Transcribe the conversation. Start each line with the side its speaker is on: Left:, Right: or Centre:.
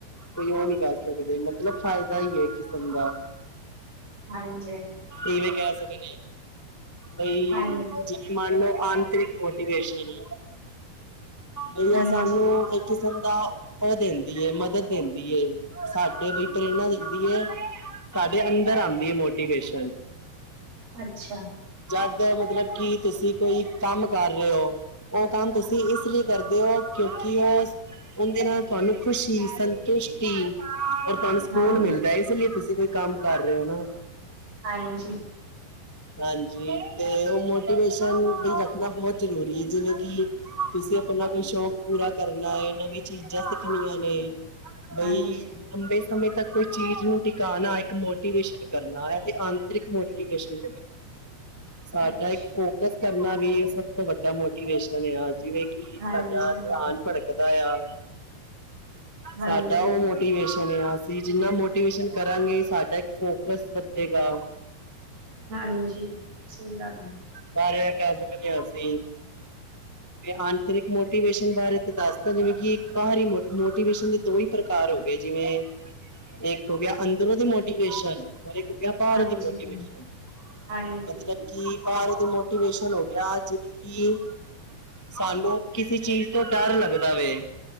Left: ਕੋਈ ਉਹ ਨੀ ਕਰ ਸਕਦੇ ਮਤਲਬ ਫਾਇਦਾ ਹੀ ਹੈ ਕਿਸਮ ਦਾ
Right: ਹਾਂਜੀ
Left: ਇਵੇਂ ਕਹਿ ਸਕਦੇ ਬਈ
Right: ਹਾਂਜੀ,
Left: ਜ ਮਨ ਲੋ ਆਂਤਰਿਕ ਮੋਟੀਵੇਸ਼ਨਸ਼ ਏ। ਬਈਆ
Right: ਹਾਂਜੀ,
Left: ਸਾਨੂੰ ਇੱਕ ਕਿਸਮ ਦਾ ਉਹ ਦਿੰਦੀ ਹੈ ਮ ਹਮਤ ਦੇਂਦੀ ਏ ਸਾਡੇ ਲਈ ਟਰੇਨਾਂ ਦਿੰਦੀ ਏ। ਸਾਡੇ ਅੰਦਰ ਆਉਂਦੀ ਏ ਮੋਟੀਵੇਸ਼ਨ
Right: ਅੱਛਾ,
Left: ਜਦ ਮਤਲਬ ਕਿ ਤੁਸੀਂ ਕੋਈ ਕੰਮ ਕਰ ਰਹੇ ਓ। ਉਹ ਕੰਮ ਤੁਸੀਂ ਇਸ ਲਈ ਕਰਦੇ ਹੋ ਕਿਉਂਕਿ ਉਹ ਉਹਦੇ ਨਾਲ ਤੁਹਾਨੂੰ ਖੁਸ਼ੀ ਸੰਤੁਸ਼ਟੀ ਔਰ ਤੁਹਾਨੂੰ ਸਕੂਨ
Right: ਹਾਂਜੀ,
Left: ਮਿਲਦਾ ਇਸ ਲਈ ਤੁਸੀਂ ਕੋਈ ਕੰਮ ਕਰ ਰਹੇ ਹੋ ਨਾ।
Right: ਹਾਂਜੀ
Left: ਹਾਂਜੀ ਤੇ ਉਹ ਮੋਟੀਵੇਸ਼ਨ ਲਈ ਰੱਖਣਾ ਬਹੁਤ ਜ਼ਰੂਰੀ ਹੈ ਜਿਵੇਂ ਕਿ ਤੁਸੀਂ ਆਪਣਾ ਕੋਈ ਸ਼ੌਕ ਪੂਰਾ ਕਰਨਾ ਨਵੀਂ ਚੀਜ਼ਾਂ ਸਿੱਖਣੀਆਂ ਨੇ। ਬਈ
Right: ਹਾਂਜੀ
Left: ਲੰਬੇ ਸਮੇਂ ਤੱਕ ਕੋਈ ਚੀਜ਼ ਨੂੰ ਟਿਕਾਂਣਾ ਇੱਕ ਮੋਟੀਵੇਸ਼ਨ ਕਰਨਾ ਹੈ ਇਹ ਤੇ ਆਂਤਰਿਕ ਮੋਟੀਵੇਸ਼ਨ ਸਾਡਾ
Right: ਅੱਛਾ
Left: ਇੱਕ ਫੋਕਸ ਕਰਨਾ ਵੀ ਸਭ ਤੋਂ ਵੱਡਾ ਮੋਟੀਵੇਸ਼ਨ ਆ ਜਿਵੇਂ ਕੀ
Right: ਹਾਂਜੀ
Left: ਸਾਡਾ
Right: ਹਾਂ,
Left: ਧਿਆਨ ਭੜਕਦਾ ਆ
Right: ਹਾਂਜੀ
Left: ਸਾਡਾ ਉਹ ਮੋਟੀਵੇਸ਼ਨ ਅਸੀਂ ਜਿੰਨਾ ਮੋਟੀਵੇਸ਼ਨ ਕਰਾਂਗੇ ਸਾਡਾ ਇੱਕ ਫੋਕਸ ਵਧੇਗਾ।
Right: ਹਾਂਜੀ ਸਹੀ ਗੱਲ ਏ।
Left: ਬਾਰ ਕਹਿ ਸਕਦੇ ਹ ਅਸੀਂ ਆਂਤਰਿਕ ਮੋਟੀਵੇਸ਼ਨ ਬਾਰੇ ਤੇ ਦੱਸਦਾ ਜਿਵੇਂ ਕਿ ਇੱਕ ਬਾਹਰੀ ਮੋਟੀਵੇਸ਼ਨ ਦੋ ਹੀ ਪ੍ਰਕਾਰ ਹੋ ਗਏ ਜਿਵੇਂ ਇੱਕ ਹੋ ਗਿਆ ਅੰਦਰੋਂ ਦੀ ਮੋਟੀਵੇਸ਼ਨ ਔਰ ਇੱਕ ਹੋ ਗਿਆ। <unintelligible>
Right: ਹਾਂਜੀ
Left: ਦੀ ਮੋਟੀਵੇਸ਼ਨ
Right: ਹਾਂ, ਹਾਂਜੀ
Left: ਮਤਲਬ ਕਿ ਬਾਹਰ ਦੀ ਮੋਟੀਵੇਸ਼ਨ ਹੋ ਗਿਆ ਜਿਵੇਂ ਕਿ ਸਾਨੂੰ ਕਿਸੇ ਚੀਜ਼ ਤੋਂ ਡਰ ਲੱਗਦਾ ਵੇ